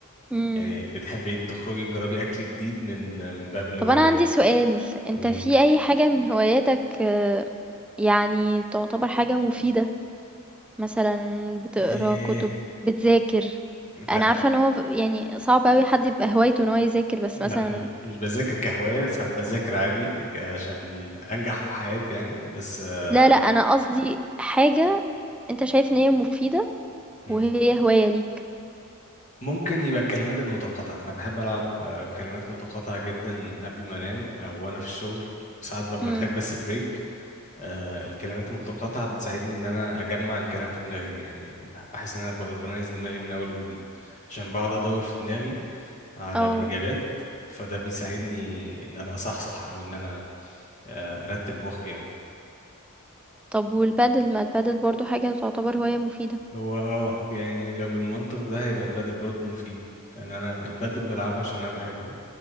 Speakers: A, in the centre; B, on the left.
A: مم.
B: يعني بتحبي تخرجي تجربي اكل جديد من من باب الهواية
A: طب أنا عندي سؤال أنت
B: قوليلي
A: في أي حاجة من هواياتك آه، يعني تعتبر حاجة مفيدة مثلا بتقرا
B: إيه
A: كتب بتذاكر انا
B: لا
A: عارفه ان هو يعني صعب قوي حد يبقى هوايته ان هو يذاكر بس
B: لا
A: مثلا
B: مش مش بذاكر كهواية ساعات بذاكر عادي ك- عشان أنجح في حياتي يعني بس آه،
A: لا لا انا قصدي حاجه انت شايف ان هي مفيده
B: مم.
A: وهي هوايه ليك
B: ممكن يبقى الكلمات المتقاطعة أنا بحب ألعب آه، كلمات متقاطعة جدا قبل ما أنام أو وأنا في الشغل ساعات ببقى
A: امم
B: محتاج بس بريك آه، الكلمات المتقاطعة بتساعدني إن أنا أجمع الكلام في دماغي يعني بح- بحس إن أنا بأورجنايز دماغي من أول وجديد عشان بقعد أدور في دماغي على
A: اه
B: الإجابات فده بيساعدني إن أنا أصحصح أو إن أنا آه، أرتب مخي يعني
A: طب والبادل ما البادل برضو حاجه تعتبر هوايه مفيده
B: هو اه يعني لو بالمنطق ده هيبقى البادل برضه مفيد يعني انا البادل بلعبه عشان انا بحبه